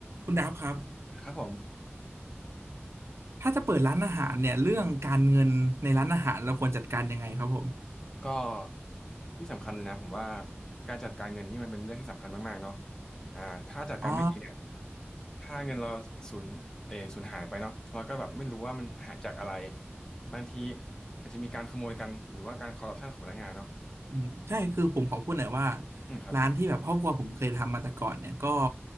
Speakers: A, on the right; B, on the left.
A: คุณดับครับ
B: ครับผม
A: ถ้าจะเปิดร้านอาหารเนี่ยเรื่องการเงินในร้านอาหารเราควรจัดการยังไงครับผม
B: ก็ที่สำคัญเลยนะผมว่าการจัดการเงินนี่มันเป็นเรื่องที่สำคัญมากๆเนาะอ่าถ้าจัดการไม่ดีเนี่ย
A: อ๋อ
B: ถ้าเงินเราสูญเออสูญหายไปเนาะเราก็แบบไม่รู้ว่ามันหายจากอะไรบางทีอาจจะมีการขโมยกันหรือว่าการคอร์รัปชันของพนักงานเนาะ
A: อืมใช่คือผมขอพูดหน่อยว่า
B: อืมครับ
A: ร้านที่แบบครอบครัวผมเคยทำมาแต่ก่อนเนี่ยก็